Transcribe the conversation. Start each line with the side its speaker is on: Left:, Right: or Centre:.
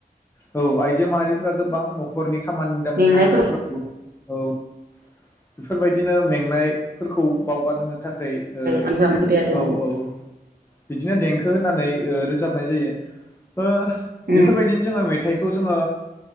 Left: औ आइजो माहारिफोरा गोबां नखरनि खामानि दामानि
Right: मेंनायफोरनि
Left: मावनायफ्रावबो औ बेफोरबायदिनो मेंनाय फोरखौ बावगार होनो थाखाय औ
Right: रोजाबनाय हुदाया दङ
Left: औ औ बिदिनो देंखो होनानै रोजाब बेफोरबायदिनो
Right: उम
Left: जोङो मेथाइखौ जोङो